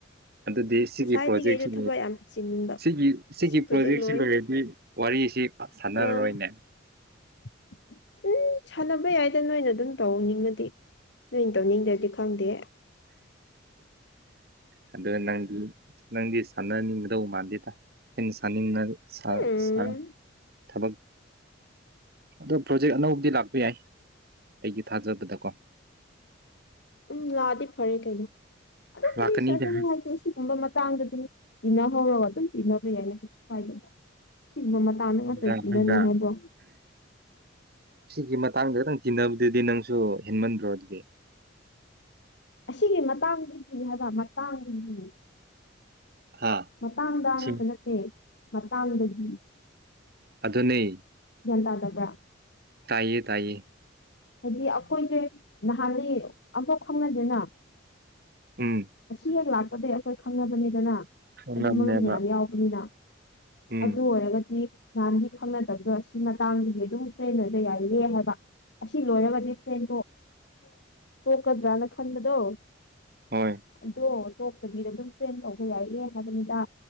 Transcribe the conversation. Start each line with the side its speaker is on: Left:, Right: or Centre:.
Right: ꯑꯗꯨꯗꯤ ꯁꯤꯒꯤ
Left: ꯉꯁꯥꯏꯗꯒꯤ
Right: ꯄ꯭ꯔꯣꯖꯦꯛꯁꯤ
Left: ꯑꯩꯗꯣ ꯊꯕꯛ ꯌꯥꯝ ꯆꯤꯟꯕ
Right: ꯁꯤꯒꯤ ꯁꯤꯒꯤ
Left: ꯑꯁꯤ
Right: ꯄ꯭ꯔꯣꯖꯦꯛꯁꯤ
Left: ꯄ꯭ꯔꯣꯖꯦꯛ ꯂꯣꯏꯔꯦ
Right: ꯂꯩꯔꯗꯤ ꯋꯥꯔꯤꯁꯤ ꯄꯥꯛ ꯁꯥꯟꯅꯔꯔꯣꯏꯅꯦ
Left: ꯑꯥ <inaudible> ꯎꯝ ꯁꯥꯟꯅꯕ ꯌꯥꯏꯗ ꯅꯣꯏꯅ ꯑꯗꯨꯝ ꯇꯧꯍꯅꯤꯡꯉꯗꯤ ꯅꯣꯏꯅ ꯇꯧꯅꯤꯡꯗ꯭ꯔꯗꯤ ꯈꯪꯗꯦ
Right: ꯑ ꯅꯪꯗꯤ ꯅꯪꯗꯤ ꯁꯥꯟꯅꯅꯤꯡꯒꯗꯧ ꯃꯥꯟꯗꯦꯗ ꯑꯩꯅ ꯁꯅꯤꯡ ꯁꯥ
Left: ꯎꯝ
Right: ꯁꯥ ꯊꯕꯛ ꯑꯗꯣ ꯄ꯭ꯔꯣꯖꯦꯛ ꯑꯅꯧꯕꯗꯤ ꯂꯥꯛꯄ ꯌꯥꯏ ꯑꯩꯒꯤ ꯊꯥꯖꯕꯗꯀꯣ
Left: ꯎꯝ ꯂꯥꯑꯗꯤ ꯐꯔꯦ ꯀꯩꯅꯣ ꯑꯗꯨꯝ
Right: ꯂꯥꯛꯀꯅꯤꯗ
Left: ꯋꯥꯔꯤꯁꯨ ꯑꯗꯨꯝ ꯍꯥꯏꯗꯤ ꯁꯤꯒꯨꯝꯕ ꯃꯇꯥꯡꯗ ꯑꯗꯨꯝ ꯊꯤꯟꯅꯍꯧꯔꯣ ꯑꯗꯨꯝ ꯇꯤꯟꯅꯕ ꯌꯥꯏꯅ ꯀꯩꯁꯨ ꯈꯥꯏꯗꯦ ꯁꯤꯒꯨꯝꯕ ꯃꯇꯥꯡꯗ ꯉꯥꯛꯇ
Right: ꯍꯟꯗꯛ
Left: ꯇꯤꯟꯅꯅꯤ
Right: ꯍꯟꯗꯛ
Left: ꯍꯥꯏꯕ꯭ꯔꯣ
Right: ꯁꯤꯒꯤ ꯃꯇꯥꯡꯗꯇꯪ ꯇꯤꯟꯅꯕꯗꯨꯗꯤ ꯅꯪꯁꯨ ꯍꯦꯟꯃꯟꯗ꯭ꯔꯣ ꯑꯗꯨꯗꯤ
Left: ꯑꯁꯤꯒꯤ ꯃꯇꯥꯡꯗ ꯍꯥꯏꯕ ꯃꯇꯥꯡꯗꯤ ꯃꯇꯥꯡ
Right: ꯍꯥ
Left: ꯃꯇꯥꯡꯗꯥꯅ
Right: ꯁꯤ
Left: ꯅꯠꯇꯦ ꯅꯠꯇꯦ ꯃꯥꯇꯥꯡꯗꯗꯒꯤ
Right: ꯑꯗꯨꯅꯤ
Left: ꯒ꯭ꯌꯥꯟ ꯇꯥꯗꯕ꯭ꯔꯥ
Right: ꯇꯥꯏꯌꯦ ꯇꯥꯏꯏꯌꯦ
Left: ꯍꯥꯏꯗꯤ ꯑꯩꯈꯣꯏꯁꯦ ꯅꯍꯥꯟꯅꯤ ꯑꯝꯐꯛ ꯈꯪꯅꯗꯦꯅ
Right: ꯎꯝ
Left: ꯑꯁꯤ ꯍꯦꯛ ꯂꯥꯛꯄꯗꯒꯤ ꯑꯩꯈꯣꯏ ꯈꯪꯅꯕꯅꯤꯗꯅ
Right: ꯍꯣꯠꯅꯕꯅꯦꯕ
Left: ꯍꯥꯏꯗꯤ ꯃꯔꯨꯝ ꯃꯌꯥꯝ ꯌꯥꯎꯕꯅꯤꯅ
Right: ꯎꯝ
Left: ꯑꯗꯨ ꯑꯣꯏꯔꯒꯗꯤ ꯅꯍꯥꯟꯗꯤ ꯈꯪꯅꯗꯕꯗꯣ ꯁꯤ ꯃꯇꯥꯡꯗꯨꯗꯤ ꯑꯗꯨꯝ ꯐꯔꯦꯟ ꯑꯣꯅꯕ ꯌꯥꯏꯌꯦ ꯍꯥꯏꯕ ꯑꯁꯤ ꯂꯣꯏꯔꯕꯗꯤ ꯐ꯭ꯔꯦꯟ ꯇꯣꯛꯀꯗ꯭ꯔꯅ ꯈꯟꯕꯗꯣ
Right: ꯍꯣꯏ
Left: ꯑꯗꯣ ꯇꯣꯛꯇꯕꯤꯗ ꯑꯗꯨꯝ ꯄ꯭ꯔꯦꯟ ꯇꯧꯕ ꯌꯥꯏꯌꯦ ꯍꯥꯏꯕꯝꯗ